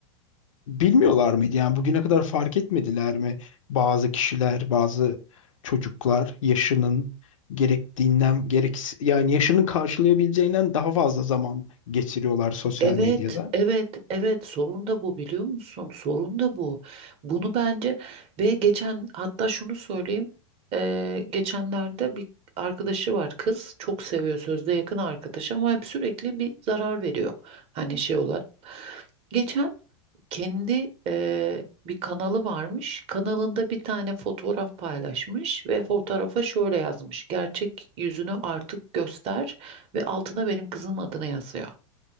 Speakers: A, on the left; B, on the right.
A: bilmiyorlar mıydı? Yani bugüne kadar fark etmediler mi? Bazı kişiler, bazı çocuklar yaşının gerektiğinden gerek yani yaşının karşılayabileceğinden daha fazla zaman geçiriyorlar sosyal
B: Evet,
A: medyada.
B: evet, evet. Sorun da bu biliyor musun? Sorun da bu. Bunu bence ve geçen hatta şunu söyleyeyim. Ee, geçenlerde bir arkadaşı var kız çok seviyor sözde yakın arkadaşı ama hep sürekli bir zarar veriyor. Hani şey olarak. Geçen kendi eee, bir kanalı varmış. Kanalında bir tane fotoğraf paylaşmış ve fotoğrafa şöyle yazmış. Gerçek yüzünü artık göster ve altına benim kızım adını yazıyor.